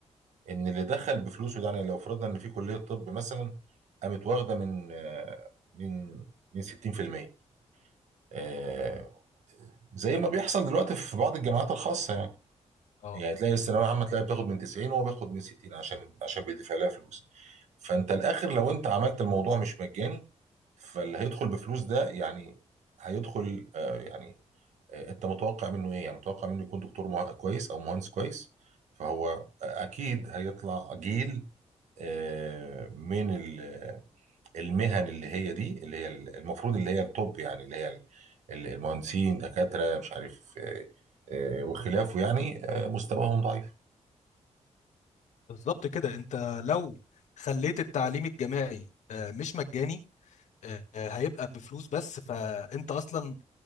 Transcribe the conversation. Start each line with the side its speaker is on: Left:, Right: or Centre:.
Right: إن اللي دخل بفلوسه ده يعني لو فرضنا إن في كلية طب مثلا قامت واخدة من آه، من من 60% آه، زي ما بيحصل دلوقتي في بعض الجامعات الخاصه يعني
Left: اه
Right: يعني تلاقي الثانويه عامه تلاقي بتاخد من 90 وهو بياخد من 60 عشان عشان بيدفع لها فلوس فانت الاخر لو انت عملت الموضوع مش مجاني فاللي هيدخل بفلوس ده يعني هيدخل آه، يعني آه، انت متوقع منه ايه يعني متوقع منه يكون دكتور مه- كويس او مهندس كويس فهو اكيد هيطلع جيل آه، من ال المهن اللي هي دي اللي هي المفروض اللي هي الطب يعني اللي هي ال- ال- المهندسين دكاترة مش عارف آه، آه، وخلافه يعني آه، مستواهم ضعيف
Left: بالظبط كده انت لو خليت التعليم الجامعي آه، مش مجاني آه، هيبقى بفلوس بس فانت اصلا